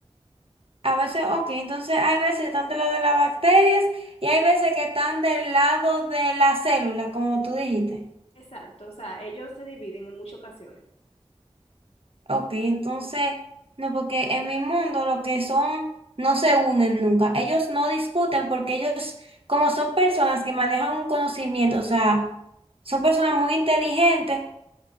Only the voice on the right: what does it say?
A veces, ok, entonces hay veces que están del lado de las bacterias y hay veces que están del lado de la célula, como tú dijiste.
Ok, entonces, no, porque en mi mundo lo que son no se unen nunca. Ellos no discuten porque ellos, como son personas que manejan un conocimiento, o sea, son personas muy inteligentes.